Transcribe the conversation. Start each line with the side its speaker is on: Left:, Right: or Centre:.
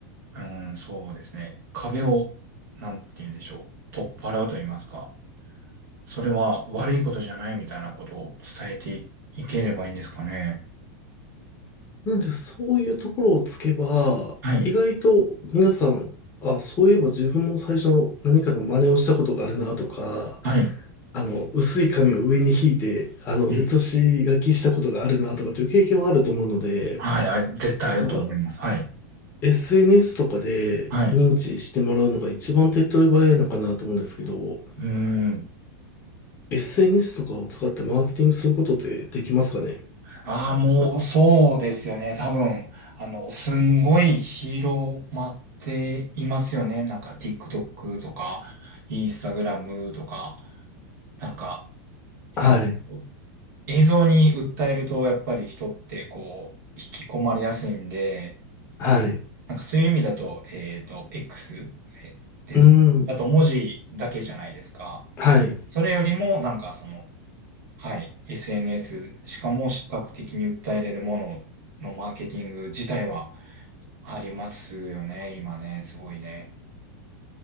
Right: うん、そうですね、壁を、なんて言うんでしょう、取っ払うと言いますか。それは悪いことじゃないみたいなことを伝えてい、いければいいんですかね。
Left: なんで、そういうところをつけば、
Right: はい。
Left: 意外と皆さん、あ、そういえば自分も最初何かの真似をしたことがあるなとか、
Right: はい。
Left: あの、薄い紙を上に引いて、あの、
Right: うん。
Left: 写し書きしたことがあるなとかという経験はあると思うので、
Right: はい。あ、絶対あると思います。
Left: まあ、
Right: はい。
Left: SNS とかで認知してもらうのが一番手っ取り早いのかなと思うんですけど、
Right: はい。うーん。
Left: SNS とかを使ってマーケティングすることってできますかね
Right: ああ、もう、そうですよね。多分、あの、すんごい広まっていますよね。なんか、TikTok とか、Instagram とか、なんか、
Left: はい。
Right: えー映像に訴えると、やっぱり人って、こう、引き込まれやすいんで、
Left: はい。
Right: なんかそういう意味だと、えっと、X えですかだと文字だけじゃないですか。
Left: うん。はい。
Right: それよりも、なんかその、はい、SNS、しかも視覚的に訴えれるもののマーケティング自体はありますよね、今ね、すごいね。